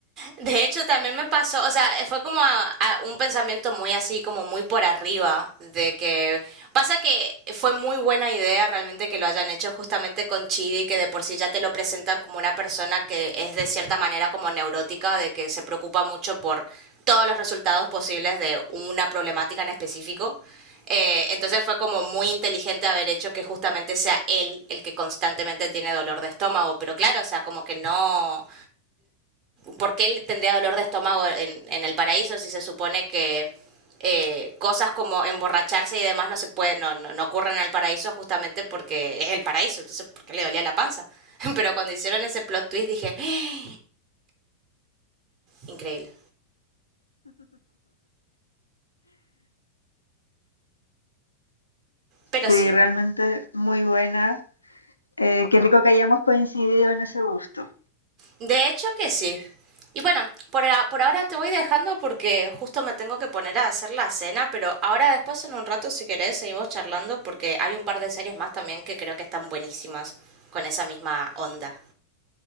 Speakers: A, on the right (about 40°); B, on the left (about 85°).
A: De hecho, también me pasó, o sea, fue como a- a un pensamiento muy así, como muy por arriba, de que pasa que fue muy buena idea realmente que lo hayan hecho justamente con Chidi, que de por sí ya te lo presentan como una persona que es de cierta manera como neurótica, de que se preocupa mucho por todos los resultados posibles de una problemática en específico. Eh, entonces fue como muy inteligente haber hecho que justamente sea él el que constantemente tiene dolor de estómago, pero claro, o sea, como que no ¿por qué él tendría dolor de estómago en, en el paraíso si se supone que eh, cosas como emborracharse y demás no se pueden, no, no, no ocurren en el paraíso justamente porque es el paraíso, entonces ¿Por qué le dolía la panza. <laughs> Pero cuando hicieron ese plot twist dije, ¡Ah! increíble. Pero
B: Sí,
A: sí,
B: realmente muy buena. Eh, qué rico que hayamos coincidido en ese gusto.
A: de hecho que sí. Y bueno, por, a- por ahora te voy dejando porque justo me tengo que poner a hacer la cena, pero ahora después en un rato si querés seguimos charlando porque hay un par de series más también que creo que están buenísimas con esa misma onda.